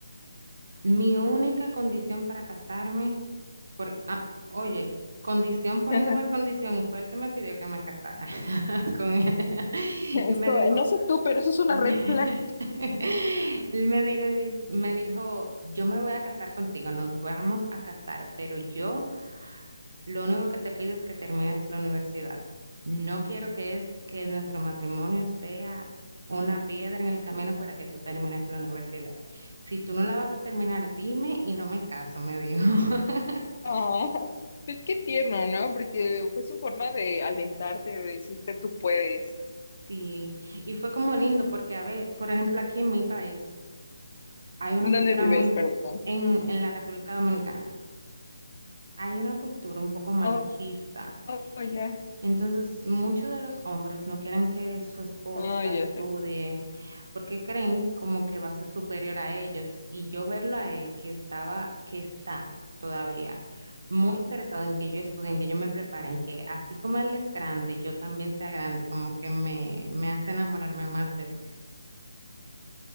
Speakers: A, on the right; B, on the left.
A: Mi única condición para casarme, por, ah, oye, condición poniéndome
B: <laughs>
A: el condición, y fue el que me pidió que me casara <laughs> con él. <laughs>
B: Es
A: Y me
B: como,
A: dijo,
B: no sé tú, pero eso es una
A: <laughs>
B: red flag.
A: él me dijo, di- me dijo, yo me voy a casar contigo, nos vamos a casar, pero yo lo único que te pido es que termines la universidad. No quiero que es que nuestro matrimonio sea una piedra en el camino para que tú termines la universidad. Si tú no la vas a terminar, dime y no me caso, me dijo. <laughs>
B: Ah, pues qué tierno, ¿no? Porque fue su forma de alentarte, de decirte tú puedes.
A: Sí, y fue como lindo porque, a ver, por ejemplo, aquí en mi país hay una
B: ¿Dónde
A: cultura
B: vives?
A: muy,
B: Perdón.
A: en, en la República Dominicana, hay una cultura un poco machista
B: Oh, oh, ya.
A: Entonces, muchos de los hombres no quieren que su esposa
B: Ah, ya
A: estudie
B: sé.
A: porque creen como que va a ser superior a ellos. Y yo verlo a él que estaba, que está todavía muy interesado en que yo estudie, en que yo me prepare, en que así como él es grande, yo también sea grande, como que me, me hace enamorarme más de él.